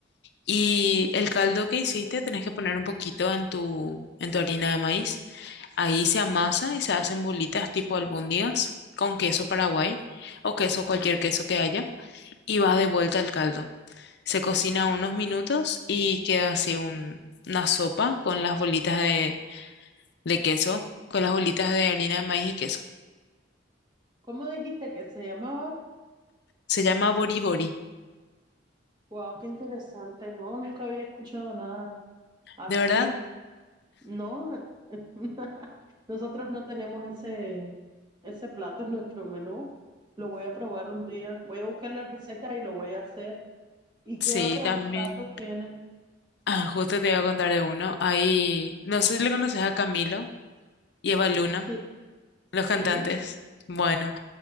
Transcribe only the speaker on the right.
¿Cómo dijiste que se llamaba?
Wow, qué interesante. No, nunca había escuchado nada así.
No, <laughs> nosotros no tenemos ese ese plato en nuestro menú. Lo voy a probar un día. Voy a buscar la receta y lo voy a hacer. ¿Y qué
otros
platos tienen?
Sí.
Sí,